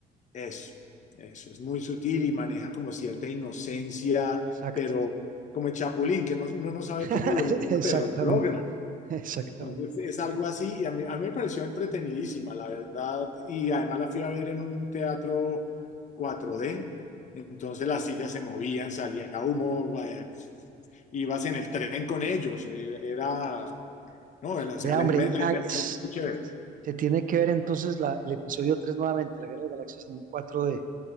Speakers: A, on the left; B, on the right.
A: eso, eso, es muy sutil y maneja como cierta inocencia,
B: Exacto.
A: pero como el Chapulín, que no, uno no sabe
B: <laughs>
A: cómo lo logra,
B: Exactamente,
A: pero lo logra.
B: exactamente.
A: Entonces es algo así y a mí, a mí me pareció entretenidísima, la verdad, y además la fui a ver en un teatro cuatro d entonces las sillas se movían, salía humo, eh, ibas en el tren con ellos, eh, era, no, era, o
B: Vea,
A: sea, la,
B: hombre,
A: inme- la
B: ah,
A: inmersión
B: es-
A: fue chévere.
B: es- se tiene que ver entonces la- el episodio 3 nuevamente, la Guerra de las Galaxias en un cuatro d